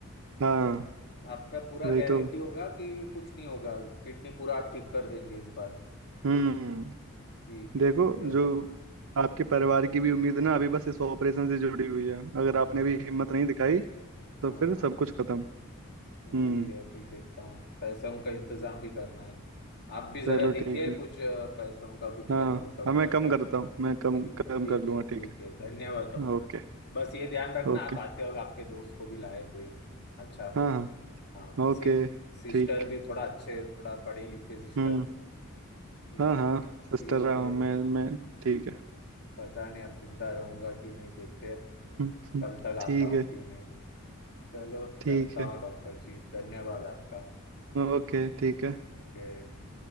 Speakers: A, on the right; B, on the left.
A: हाँ
B: आपका पूरा
A: वही
B: गारंटी
A: तो
B: होगा कि कुछ नहीं होगा किडनी पूरा आप ठीक कर देंगे इस बार
A: हम्म
B: ठीक है
A: देखो
B: ठीक है
A: जो आपके
B: ठीक
A: परिवार की भी उम्मीद ना अभी बस इस ऑपरेशन से जुड़ी हुई है अगर
B: हाँ
A: आपने अभी हिम्मत नहीं दिखाई तो
B: हाँ
A: फिर
B: हाँ
A: सब कुछ खत्म
B: वही
A: हम्म
B: है अभी देखता हूँ पैसों का इंतजाम भी करना है आप भी जरा
A: चलो
B: देखिए
A: ठीक है
B: कुछ अ, पैसों का कुछ
A: हाँ
B: कम हो सकता
A: हाँ मैं
B: है
A: कम
B: क्या
A: करता हूँ मैं कम
B: ठीक
A: कम
B: ठीक
A: कर लूंगा
B: है ठीक
A: ठीक
B: है धन्यवाद डॉक्टर
A: है ओके
B: बस ये ध्यान रखना
A: ओके
B: आप आते वक्त आपके दोस्त को भी लाए कोई अच्छा
A: हाँ हाँ
B: हाँ
A: ओके
B: सि, सिस्टर
A: ठीक
B: भी थोड़ा अच्छे थोड़ा पढ़े लिखे सिस्टर
A: हम्म
B: ठीक
A: हाँ हाँ
B: है ठीक
A: सिस्टर रहा
B: है
A: हूँ मैं मैं ठीक है
B: पता नहीं अब जिंदा रहूंगा कि नहीं देखते
A: हम्म, हम्म,
B: कल तक
A: ठीक
B: आता हूँ
A: है
B: कि नहीं चलो
A: ठीक
B: चलता
A: है
B: हूँ डॉक्टर जी धन्यवाद आपका
A: ओके ठीक है
B: ओके